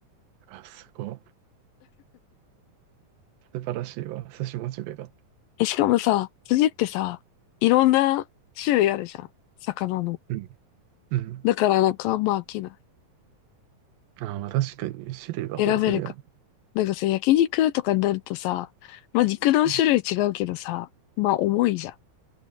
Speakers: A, on the right; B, on the left.
A: あ、すごい。素晴らしいわ、寿司モチベが。
B: え、しかもさ、筋ってさ、いろんな種類あるじゃん。魚の。
A: うん。うん。
B: だからなんかあんま飽きな
A: ああまあ確かにね、種類が豊富だよね。
B: い。選べるか。なんかさ、焼肉とかになるとさ、まあ肉の種類違うけどさ、
A: うん
B: まあ重いじゃん。